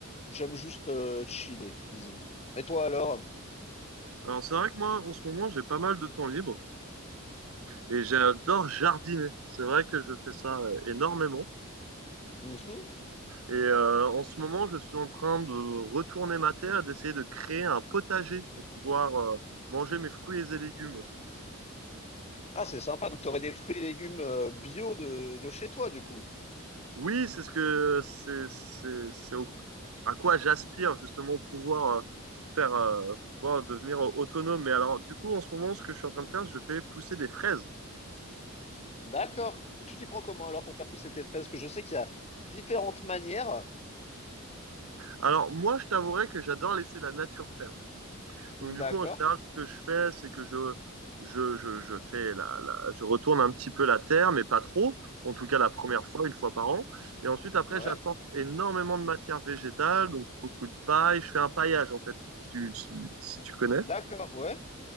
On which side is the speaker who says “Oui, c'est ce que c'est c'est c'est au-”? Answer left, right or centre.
Right